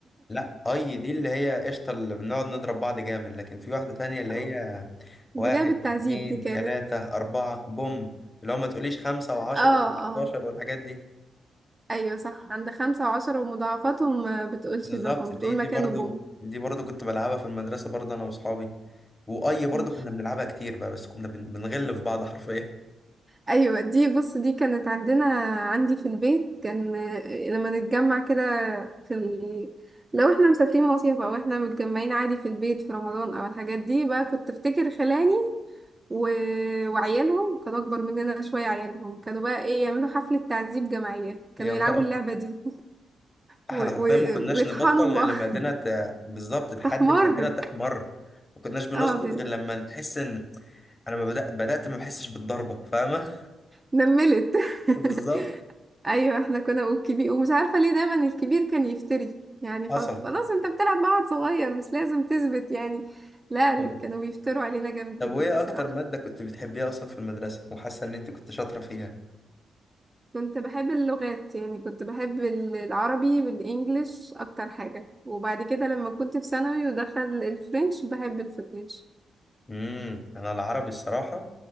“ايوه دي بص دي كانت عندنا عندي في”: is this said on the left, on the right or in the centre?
Right